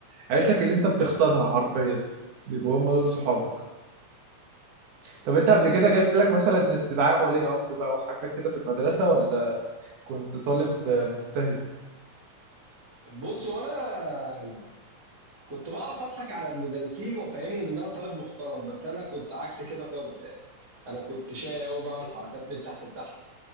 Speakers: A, on the right; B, on the right.
A: عيلتك اللي انت بتختارها حرفيا بيبقوا هم دول صحابك طب انت قبل
B: آه،
A: كده جالك مثلا استدعاء ولي امر بقى وحاجات كده في المدرسة ولا كنت طالب مجتهد
B: بص وانا كنت بعرف اضحك على المدرسين وافهمهم ان انا طالب محترم بس انا كنت عكس كده خالص يعني انا كنت شقي قوي وبعمل حركات من تحت لتحت